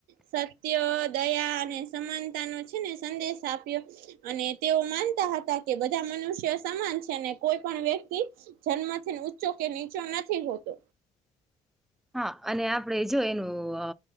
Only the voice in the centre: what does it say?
હા, અને આપડે જો એનું અ